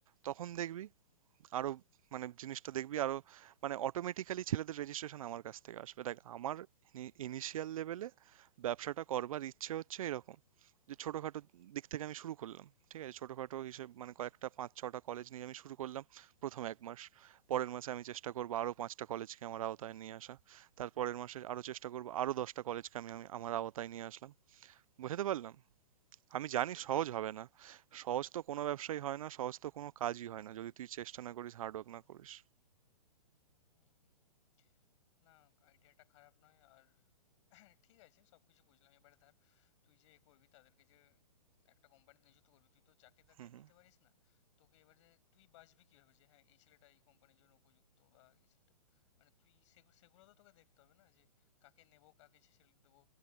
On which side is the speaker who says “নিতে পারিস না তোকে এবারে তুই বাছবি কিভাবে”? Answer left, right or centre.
Left